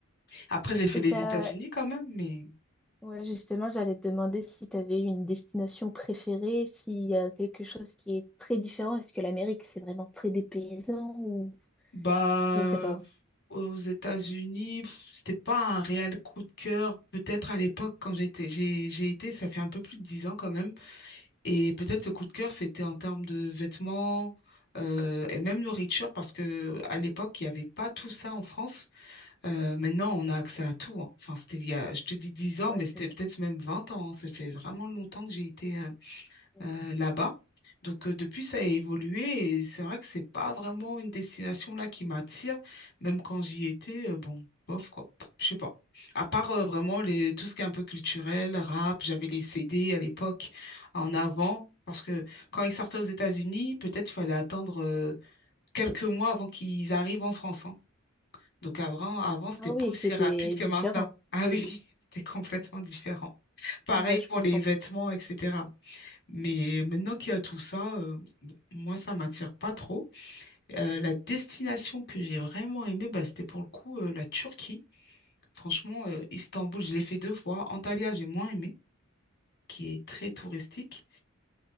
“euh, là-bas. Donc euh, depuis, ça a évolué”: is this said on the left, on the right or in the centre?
Left